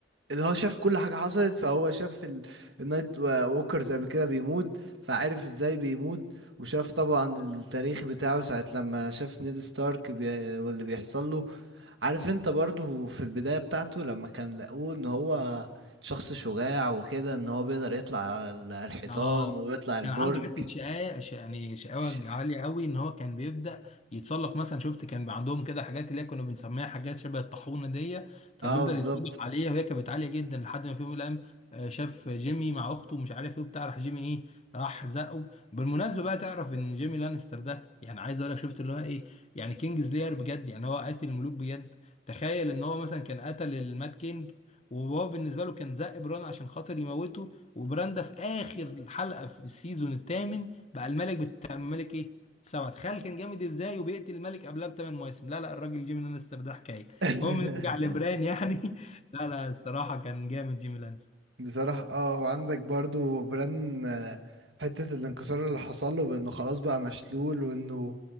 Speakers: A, on the right; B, on the left.
A: هو شاف كل حاجة حصلت فهو شاف ال... النايت وا- ووكرز قبل كده بيموت فعرف ازاي بيموت وشاف طبعا التاريخ بتاعه ساعة لما شاف نيد ستارك بي... واللي بيحصل له عارف انت برضو في البداية بتاعته لما كان لقوه ان هو شخص شجاع وكده ان هو بيقدر يطلع على ال- على الحيطان
B: اه
A: ويطلع البرج
B: كان عنده حته شقاوه ش- يعني شقاوه
A: ش-
B: عاليه قوي ان هو كان بيبدا يتسلق مثلا شفت كان بيبقى عندهم كده حاجات اللي هي كنا بنسميها حاجات شبه الطاحونه دي كان
A: اه
B: بيفضل
A: بالظبط
B: يتسلق عليها وهي كانت عاليه جدا لحد ما في يوم من الايام آه، شاف جيمي مع اخته مش عارف ايه وبتاع راح جيمي ايه راح زقه بالمناسبه بقى تعرف ان جيمي لانستر ده يعني عايز اقول لك شفت اللي هو ايه يعني كينجز لير بجد يعني هو قاتل الملوك بجد تخيل ان هو مثلا كان قتل المات كينج وهو بالنسبه له كان زق بران عشان خاطر يموته وبراندا في اخر حلقه في السيزون الثامن بقى الملك بتاع الملك ايه سبعة تخيل كان جامد ازاي وبيقتل الملك قبلها بثمان مواسم لا لا الراجل جيمي لانستر ده حكايه
A: <laughs>
B: المهم نرجع لبران يعني <laughs> لا لا الصراحه كان جامد جيمي لانستر
A: بصراحة اه وعندك برضو بران آه، حتة الانكسار اللي حصل له بانه خلاص بقى مشلول وانه